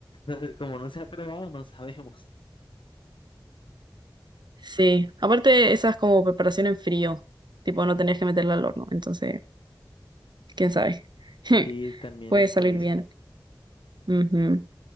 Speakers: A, on the left; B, on the right.
A: <laughs> como no se ha probado, no sabemos.
B: sí. Aparte, esa es como preparación en frío. Tipo, no tenías que meterla al horno. Entonces, quién sabe. <laughs>
A: Sí, también
B: Puede
A: está
B: salir
A: eso.
B: bien. Ujú.